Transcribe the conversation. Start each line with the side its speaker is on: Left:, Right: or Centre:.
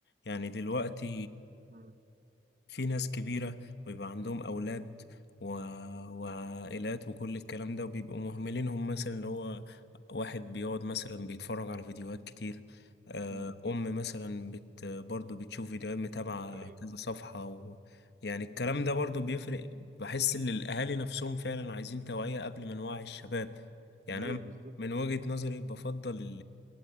Left: يعني دلوقتي
Right: مم.
Left: في ناس كبيرة ويبقى عندهم أولاد و... وعائلات وكل الكلام ده وبيبقوا مهملينهم مثلا اللي هو واحد بيقعد مثلا بيتفرج على فيديوهات كتير آه،
Right: مم.
Left: أم مثلا بت... برضو بتشوف فيديوهات متابعة
Right: ايوه
Left: كذا صفحة و... يعني الكلام ده برضو بيفرق بحس إن الأهالي نفسهم فعلا عايزين توعية قبل ما نوعي الشباب يعني
Right: ايوه
Left: أنا
Right: بالظبط
Left: من وجهة نظري بفضل